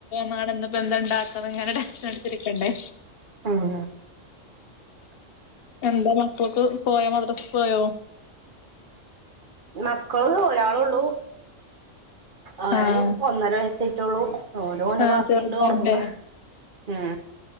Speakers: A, on the left (about 55°); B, on the right (about 40°).
A: നാളെ എന്താ ഇപ്പൊ എന്താ ഉണ്ടാക്കാന്ന് ഇങ്ങനെ ടെൻഷൻ അടിച്ചിരിക്കണ്ടേ
B: ഉം
A: എന്താ മക്കൾക്ക് പോയ മദ്രസ്ക്ക് പോയോ
B: മക്കള് ഒരാളൊള്ളൂ അവന്
A: ആഹ്
B: ഒന്നര വയസായിട്ടൊള്ളൂ ഓനു ഓന്റെ
A: ആഹ്
B: വാപ്പിണ്ട്
A: ചെറുതാല്ലേ
B: ഒർങ്ങണ് ഉം